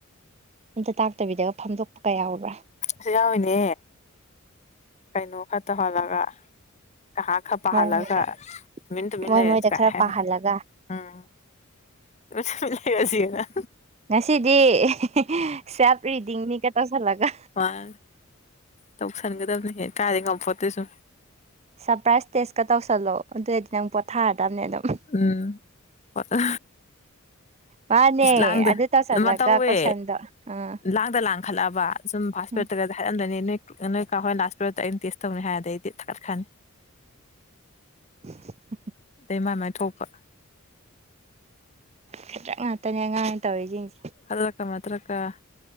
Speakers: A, on the right; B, on the left.
A: ꯑꯝꯇ ꯇꯥꯛꯇꯕꯤꯗꯒ ꯐꯝꯗꯣꯛꯄ ꯀꯌꯥꯎꯕ꯭ꯔꯥ
B: ꯁꯤ ꯌꯥꯎꯏꯅꯦ ꯀꯩꯅꯣ ꯈꯔ ꯇꯧꯍꯜꯂꯒ ꯉꯥꯏꯍꯥꯛ ꯈ ꯄꯥꯍꯂꯒ
A: ꯃꯣꯏ ꯃꯣꯏꯗ
B: ꯇꯨꯃꯤꯟ ꯇꯨꯃꯤꯟ
A: ꯃꯣꯏ
B: ꯂꯩꯔꯖꯤ
A: ꯃꯣꯏꯗ
B: ꯀꯥꯏ
A: ꯈꯔ
B: ꯍꯥꯏ
A: ꯄꯥꯍꯜꯂꯒ
B: ꯎꯝ ꯇꯨꯃꯤꯟ <unintelligible> ꯂꯩꯔꯁꯤꯅ
A: ꯉꯁꯤꯗꯤ <unintelligible> ꯁꯦꯜꯐ ꯔꯤꯗꯤꯡꯅꯤ ꯀꯇꯧ ꯁꯤꯜꯂꯒ
B: ꯋꯥꯏ ꯇꯧꯁꯟꯒꯗꯕꯅꯤ ꯍꯦꯛ ꯀꯥꯏꯗꯩ ꯉꯝꯄꯣꯠꯇꯦꯁꯨꯝ
A: ꯁꯔꯄ꯭ꯔꯥꯏꯖ ꯇꯦꯖꯀ ꯇꯧꯁꯜꯂꯣ ꯑꯗꯨꯑꯣꯏꯗꯤ ꯅꯪ ꯄꯣꯠꯊꯥꯔꯗꯕꯅꯦ ꯑꯗꯨꯝ
B: ꯎꯝ ꯍꯣꯏ ꯑ
A: ꯃꯥꯅꯦ
B: ꯏꯁ ꯂꯥꯡꯗ‌ꯦ
A: ꯑꯗꯨ ꯇꯧꯁꯜꯂꯒ
B: ꯑꯃ ꯇꯧꯋꯦ
A: ꯀꯣꯏꯁꯟꯗꯣ ꯑꯥ
B: ꯂꯥꯡꯗ ꯂꯥꯡ ꯈꯜꯂꯑꯕ ꯁꯨꯝ ꯐꯥꯁ
A: ꯎꯝ
B: ꯄꯦꯔꯠꯇꯀꯒꯗꯤ ꯍꯥꯏꯔꯝꯗ‌ꯣꯏꯅꯤ ꯅꯣꯏ ꯅꯣꯏ ꯀ ꯍꯣꯏ ꯂꯥꯁ ꯄꯦꯔꯠꯗ ꯑꯩꯅ ꯇꯦꯁ ꯇꯧꯅꯤ ꯍꯥꯏꯔꯗꯩꯗꯤ ꯊꯥꯠꯀꯠꯈ꯭ꯔꯅꯤ
A: ꯍꯨꯝ ꯍꯨꯝ
B: ꯑꯗꯩ ꯃꯥꯏ ꯃꯥꯏ ꯊꯣꯛꯄ
A: ꯈꯗ꯭ꯔꯛ ꯉꯥꯛꯇꯅꯦ ꯑꯉꯥꯡꯅ ꯇꯧꯔꯤꯁꯤꯡꯁꯦ
B: ꯈꯗ꯭ꯔꯛꯀ ꯃꯗ꯭ꯔꯛꯀ